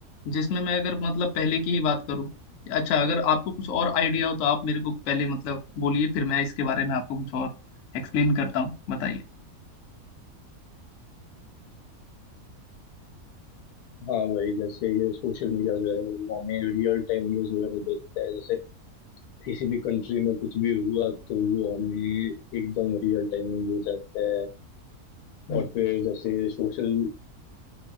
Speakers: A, on the left; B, on the left.
A: जिसमें मैं अगर मतलब पहले की ही बात करूं अच्छा अगर आपको कुछ और आइडिया हो तो आप मेरे को पहले मतलब बोलिए फिर मैं इसके बारे में आपको कुछ और एक्सप्लेन करता हूँ बताइए
B: हाँ भाई जैसे ये सोशल मीडिया जो है वो हमें रियल टाइम न्यूज़ वगैरह देता है जैसे किसी भी कंट्री में कुछ भी हुआ तो वो हमें एकदम रियल टाइम में मिल जाता है
A: हम्म।
B: और फिर जैसे सोशल